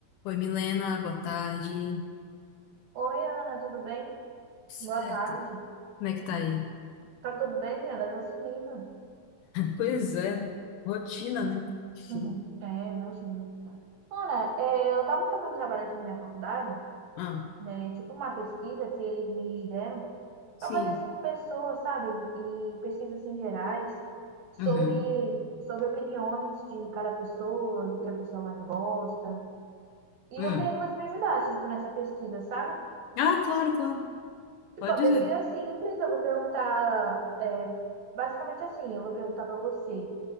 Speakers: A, on the left; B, on the right.
A: Oi, Milena, boa tarde.
B: Oi, Ana, tudo bem? Boa
A: Certo.
B: tarde.
A: Como é que tá aí?
B: Tá tudo bem, Ana? Tá sumida.
A: Pois é, rotina, né? Sim.
B: Uhum. É, imagino. Ana, é, eu tava fazendo um trabalho aqui na minha faculdade,
A: Ah,
B: né? Tipo uma pesquisa que eles me deram
A: Sim.
B: pra fazer assim com pessoas, sabe? E pesquisas assim gerais sobre,
A: uhum.
B: sobre opiniões de cada pessoa, do que a pessoa mais gosta. E
A: Hum,
B: eu queria que você me ajudasse, tipo, nessa pesquisa, sabe?
A: Ah, claro, claro.
B: Tipo,
A: Pode
B: a pesquisa
A: dizer.
B: é simples, eu vou perguntar, é, basicamente assim, eu vou perguntar pra você.